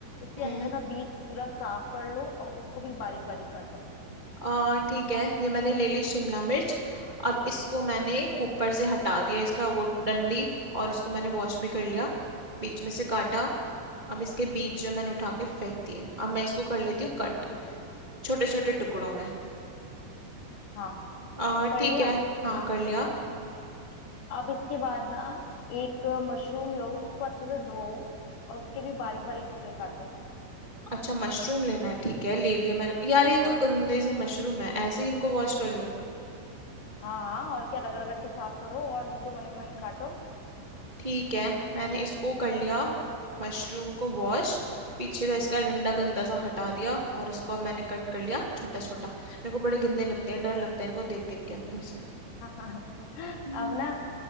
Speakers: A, on the left; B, on the right.
A: उसके
B: हम्म
A: अंदर का बीज पूरा साफ कर लो और उसको भी बारीक बारीक काटो
B: आ, ठीक है ये मैंने ले ली शिमला मिर्च अब इसको मैंने ऊपर से हटा दिया इसका वो डंडी और इसको मैंने वॉश भी कर लिया बीच में से काटा
A: हाँ।
B: अब इसके बीज जो मैंने उठा के फेंक दिए अब मैं इसको कर लेती हूँ कट
A: ठीक है
B: छोटे छोटे टुकड़ों में
A: हाँ
B: आ,
A: कर
B: ठीक
A: लिया
B: है हाँ कर लिया
A: अब इसके बाद ना एक मशरूम लो उसको अच्छे से धो और उसके भी बारीक बारीक टुकड़े काटो
B: अच्छा मशरूम लेना है ठीक है ले लिया मैंने यार ये
A: हाँ
B: तो गंदे से मशरूम है ऐसे ही इनको वॉश कर लूं?
A: हाँ हाँ और क्या रगड़ रगड़ के साफ करो और इनको महीन महीन काटो
B: ठीक है मैंने इसको कर लिया मशरूम को वॉश पीछे का इसका डंडा गंदा सा हटा दिया और इसको अब मैंने कट कर लिया छोटा छोटा मेरे को बड़े गंदे लगते हैं
A: ठीक
B: डर लगता
A: है
B: है इनको देख देख के अंदर से
A: <laughs> हाँ हाँ
B: हम्म।
A: अब ना